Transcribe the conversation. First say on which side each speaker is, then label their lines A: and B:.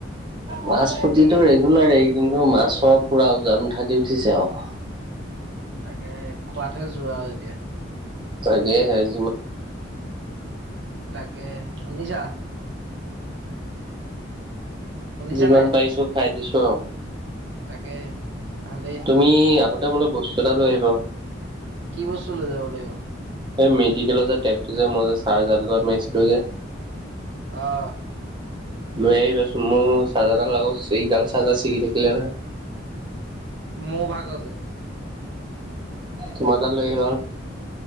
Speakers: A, on the right; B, on the right.
A: মাছ ফুতিটো ৰেগুলাৰ এইকদিনতো মাছৰ পুৰা উজান উঠাদি উঠিছে আৰু
B: তাকে খোৱাতহে যোৱা আৰু এতিয়া
A: তাকেহে আজি মই
B: তাকেহে শুনিছা শুনিছা
A: যিমান পাৰিছো খাই দিছোঁ আৰু
B: তাকেহে ভালেই
A: তুমি আহোতে মোলে বস্তু এটা লৈ আহিবা চোন।
B: কি বস্তু লৈ যাব লাগিব।
A: এই মেডিকেলৰ যে টেপটো যে মই যে চাৰজাডালত মাৰিছিলো যে
B: অহ
A: লৈ আহিবা চোন মোৰ চাৰজাডাল চি টাইপ চাৰজাডাল ছিগি থাকিলে নহয়
B: মোৰ ভাগৰ যে
A: তোমাৰ দাল লৈ আহিবা চোন